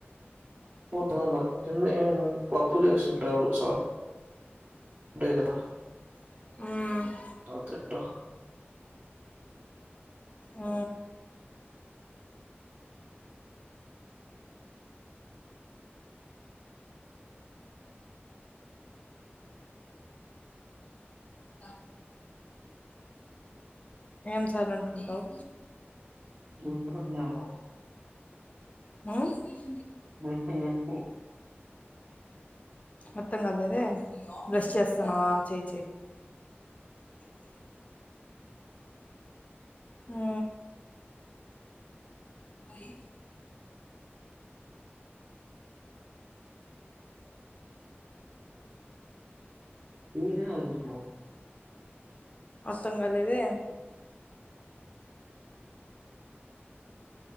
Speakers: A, on the right; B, on the left.
A: పోతన్న తిన్ <unintelligible> పప్పు చేసిటారు సాం ఉం <unintelligible> కదా
B: మ్
A: తతేట్టా
B: ఉ <inaudible> ఏం సైలెంటుంటావు
A: <unintelligible>
B: మ్మ్
A: <unintelligible>
B: అర్థం కాలేదే బ్రష్ చేస్తాన్నావా. చేయి చేయి హు భరి
A: <unintelligible>
B: అర్థంకాలేదే